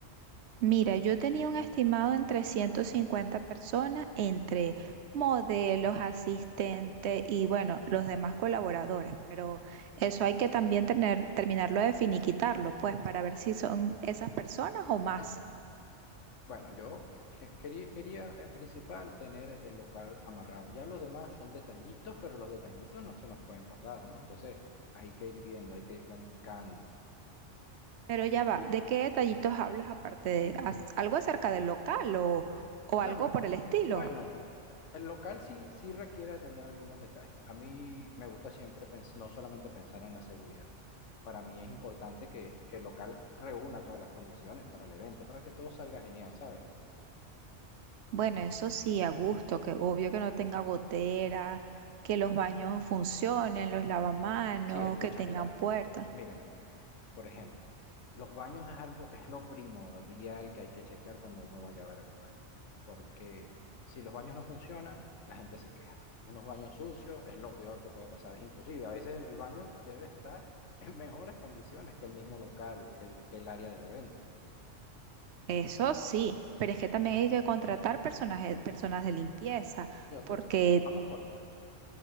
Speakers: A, on the right (about 70°); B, on the left (about 85°).
A: Mira, yo tenía un estimado entre cincuenta personas, entre modelos, asistentes y bueno, los demás colaboradores, pero eso hay que también tener, terminarlo de finiquitarlo, pues, para ver si son esas personas o más.
B: Bueno, yo que- quería, quería en principal tener el local amarrado. Ya los demás son detallitos, pero los detallitos no se nos pueden pasar, ¿no? Entonces, hay que ir viendo, hay que ir planificando.
A: Pero ya va, ¿de qué detallitos hablas aparte de as- algo acerca del local o, o
B: No,
A: algo
B: no.
A: por el estilo?
B: Bueno, el local sí, sí requiere atender algunos detalles. A mí me gusta siempre pens- no solamente pensar en la seguridad. Para mí es importante que, que el local reúna todas las condiciones para el evento, para que todo salga genial, ¿sabes?
A: Bueno, eso sí, a gusto, que obvio que no tenga gotera, que los baños funcionen, los lavamanos,
B: Sí, escucha,
A: que tengan
B: mira,
A: puertas.
B: mira, mira. Por ejemplo, los baños es algo, es lo primordial que hay que chequear cuando uno vaya a ver el local, porque si los baños no funcionan, la gente se queja. Unos baños sucios es lo peor que puede pasar. Inclusive, a veces el baño debe estar <laughs> en mejores condiciones que el mismo local, que el, que el área del evento.
A: Eso sí, pero es que también hay que contratar personas, personas de limpieza,
B: Tío, escucha,
A: porque
B: vamos por partes.